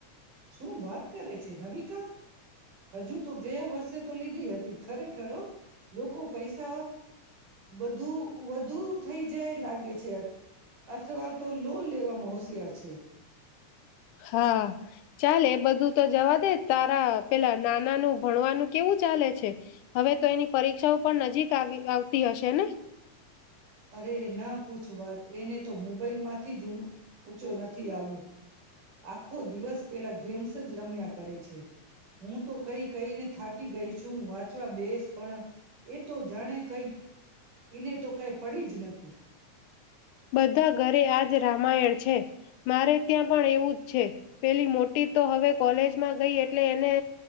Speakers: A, on the right; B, on the left.
A: શું વાત કરે છે નવી કર હજુ તો ગયા વર્ષે તો લીધી હતી ખરેખરો લોકો પૈસા બધું વધુ થઈ જાય લાગે છે અથવા તો લોન લેવામાં હોશિયાર છે છે
B: હા ચાલે એ બધું તો જવા દે તારા પેલા નાનાનું ભણવાનું કેવું ચાલે છે હવે તો એની પરીક્ષાઓ પણ નજીક આવી આવતી હશે ને
A: અરે ના પૂછવાત એને તો મોબાઈલ માંથી જ હ ઊંચો નથી આવું આખો દિવસ પેલા ગેમ્સ જ રમ્યા કરે છે હું તો કઈ કઈને થાકી ગઈ છુંું વાંચવા બેસ પણ એ તો જાણે કઈક એને તો કઈ પડી જ નથી
B: બધા ઘરે આજ રામાયણ છે મારે ત્યાં પણ એવું જ છે પેલી મોટી તો હવે કોલેજમાં ગઈ એટલે એને